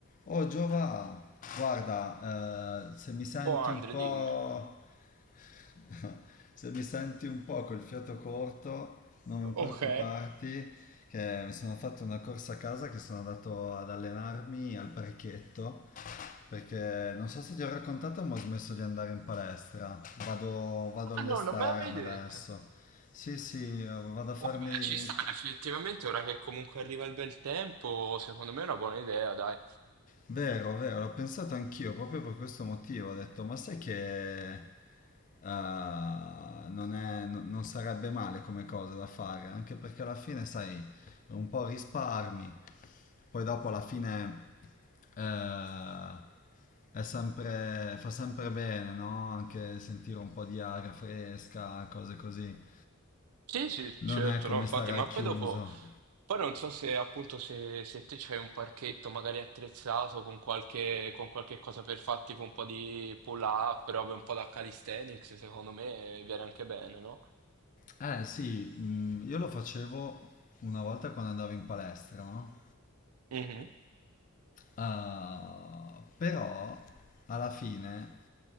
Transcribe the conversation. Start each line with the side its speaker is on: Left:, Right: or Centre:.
Left: Oh Giova, guarda, eh, se mi senti
Right: Oh Andre,
Left: un po',
Right: dimmi.
Left: <laughs> se mi senti un po' col fiato corto, non
Right: Ok,
Left: preoccuparti, che mi sono fatto una corsa a casa che sono andato ad allenarmi al parchetto, perché non so se ti ho raccontato, ma ho smesso di andare in palestra, vado, vado
Right: Ah
Left: all'esterno
Right: no, non me l'avevi detto.
Left: adesso. Sì, sì, eh, vado a farmi
Right: Oh beh, ci sta effettivamente, ora che comunque arriva il bel tempo, secondo me è una buona idea, dai.
Left: Vero, vero, l'ho pensato anch'io proprio per questo motivo. Ho detto, ma sai che eh, non è- no- non sarebbe male come cosa da fare, anche perché alla fine, sai, un po' risparmi, poi dopo alla fine eh, è sempre, fa sempre bene, no? Anche sentire un po' di aria fresca, cose così.
Right: Sì, sì,
Left: Non
Right: certo,
Left: è come
Right: no, infatti,
Left: stare al
Right: ma poi
Left: chiuso.
Right: dopo, poi non so se appunto se, se te c'hai un parchetto magari attrezzato con qualche, con qualche cosa per fare tipo un po' di pull-up, robe un po' da calisthenics, secondo me viene anche bene, no?
Left: Eh sì, mm, io lo facevo una volta quando andavo in palestra, no?
Right: Mhm.
Left: Ah, però alla fine,